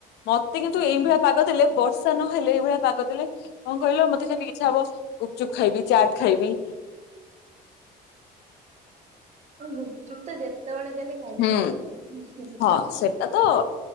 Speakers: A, on the left; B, on the right.
A: ମତେ କିନ୍ତୁ ଏଇ ଭଳିଆ ପାଗ ଦେଲେ ବର୍ଷା ନହେଲେ ଏଇଭଳିଆ ପାଗ ଦେଲେ କଣ କହିଲ ମତେ ଯେମି ଇଚ୍ଛା ହବ ଗୁପଚୁପ୍ ଖାଇବି ଚାଟ୍ ଖାଇବି।
B: ଗୁପୁଚୁପ ତ ଯେ ଯେତେ ବେଳେ ଦେଲେ ଖାଇଦେବି।
A: ହୁଁ ହଁ ସେଟା ତ